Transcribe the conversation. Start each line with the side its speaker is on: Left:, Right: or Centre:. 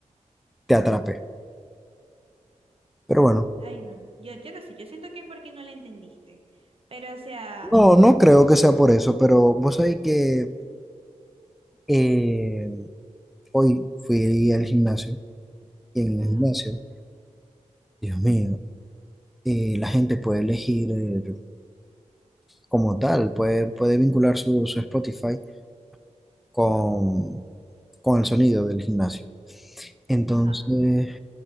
Centre: te atrape. Pero bueno,
Right: Ay, no, yo, yo no sé, yo siento que es porque no la entendiste. Pero, o sea,
Centre: no, no creo que sea por eso, pero vos sabés que eh, hoy fui al gimnasio y en
Right: ajá,
Centre: el gimnasio, Dios mío, eh, la gente puede elegir eh, como tal, puede, puede vincular su, su Spotify con, con el sonido del gimnasio. Entonces,
Right: ajá,